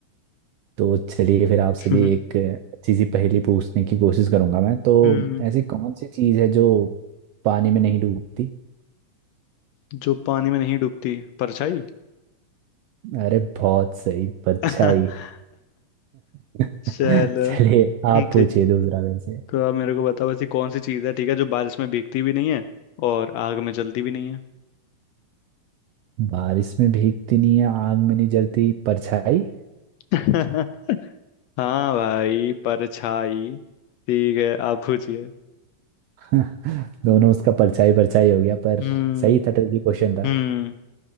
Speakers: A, on the right; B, on the left.
A: तो चलिए फिर आपसे
B: <laughs>
A: भी एक अच्छी सी पहेली पूछने की कोशिश करूंगा मैं तो
B: हम्म
A: ऐसी कौन सी चीज़ है जो पानी में नहीं डूबती
B: जो पानी में नहीं डूबती परछाई
A: अरे बहुत सही परछाई
B: <laughs>
A: <laughs>
B: चलो
A: चलिए
B: हम्म,
A: आप पूछिए
B: ठीक
A: दूसरा वैसे
B: तो आप मेरे को बताओ ऐसी कौन सी चीज़ है ठीक है जो बारिश में भीगती भी नहीं है और आग में जलती भी नहीं है
A: बारिश में भीगती नहीं है आग में नहीं जलती परछाई
B: <laughs> हाँ भाई परछाई ठीक है आप पूछिए
A: <laughs> दोनों उसका परछाई परछाई हो गया पर
B: हम्म
A: सही था ट्रिकी क्वेश्चन था
B: हम्म